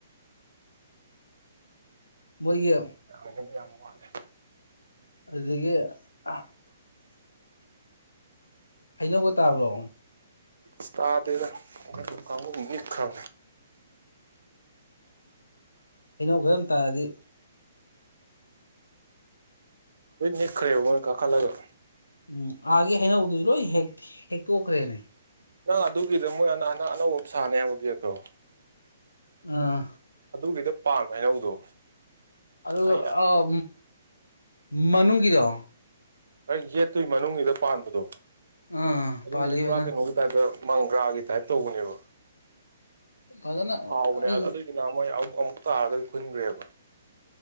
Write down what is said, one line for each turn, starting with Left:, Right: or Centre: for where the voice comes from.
Left: ꯃꯣꯏꯒꯤ
Right: <unintelligible> ꯌꯥꯝ ꯋꯥꯠꯂꯦ
Left: ꯑꯗꯨꯗꯒꯤ <unintelligible> ꯍꯩꯅꯧꯒ ꯇꯥꯕ꯭ꯔꯣ
Right: ꯑꯁ ꯇꯥꯗꯦꯗ <unintelligible>
Left: ꯍꯩꯅꯧ ꯈꯔ ꯌꯥꯝ ꯇꯥꯔꯗꯤ
Right: ꯂꯣꯢ ꯅꯤꯛꯈ꯭ꯔꯦꯕ ꯃꯣꯏ ꯀꯥꯈꯠꯂꯒ
Left: ꯎꯝ ꯑꯥꯒꯤ ꯍꯩꯅꯧꯗꯨꯖꯨ ꯂꯣꯏ ꯍꯦꯛ ꯍꯩꯅꯧꯗꯨꯖꯨꯇꯣꯛꯈ꯭ꯔꯦꯅꯦ
Right: ꯅꯪ ꯑꯗꯨꯒꯤꯗꯣ ꯃꯣꯏ ꯑꯅꯥꯅ ꯑꯅꯧꯕ ꯑꯝ ꯁꯥꯅꯤ ꯍꯥꯏꯕ ꯒꯦꯠꯇꯣ
Left: ꯑꯥ
Right: ꯑꯗꯨꯒꯤꯗ ꯄꯥꯟꯕ ꯍꯩꯅꯧꯗꯣ
Left: ꯑꯗꯨ
Right: ꯑꯩ
Left: ꯑꯥꯎ ꯃꯅꯨꯡꯒꯤꯗꯣ
Right: ꯍꯣꯢ ꯒꯦꯠꯇꯨꯢ ꯃꯅꯨꯡꯒꯤꯗ ꯄꯥꯟꯕꯗꯣ
Left: ꯑꯥ
Right: ꯑꯗꯨꯒꯤꯗꯨ
Left: ꯄꯥꯜꯂꯤꯅ
Right: ꯄꯨꯔꯥ ꯀꯩꯅꯣꯒꯤ ꯇꯥꯏꯞꯇ ꯃꯪꯒ꯭ꯔꯥꯒꯤ ꯇꯥꯏꯞ ꯇꯧꯕꯅꯦꯕ
Left: ꯐꯖꯅ
Right: ꯍꯥꯎꯕꯅꯦ
Left: ꯑꯩ
Right: ꯑ ꯑꯗꯨꯏꯗꯨꯅ ꯃꯣꯏ ꯑꯃꯨꯛ ꯑꯃꯨꯛ ꯇꯥꯔꯒꯗꯤ ꯈꯨꯟꯒ꯭ꯔꯦꯕ